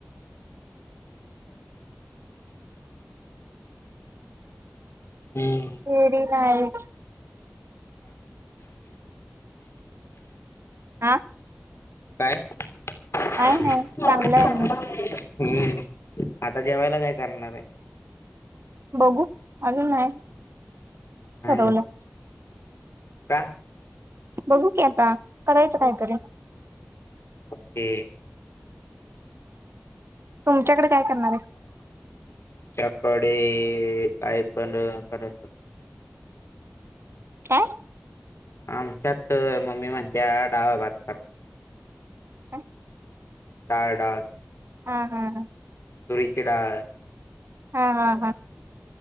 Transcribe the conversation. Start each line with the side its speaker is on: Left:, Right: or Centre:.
Left: <inaudible> हम्म.
Right: तेरी नाही. हा.
Left: काय? <unintelligible>
Right: काय नाही चांगलं आहे म्हणजे
Left: हम्म आता जेवायला काय करणार हाय?
Right: बगु अजून नाय
Left: नाही
Right: ठरवलं.
Left: बघ का?
Right: बघू की आता करायचं कायतरी?
Left: ओ के.
Right: तुमच्याकडे काय करणार हाय.
Left: चकडे हम्म. काय पण करात?
Right: कायं?
Left: आमच्यात मम्मी म्हणत्या डाळ भात कर.
Right: हा
Left: डाळ डाळ
Right: हा हा हा.
Left: तुरीची डाल.
Right: हा हा हा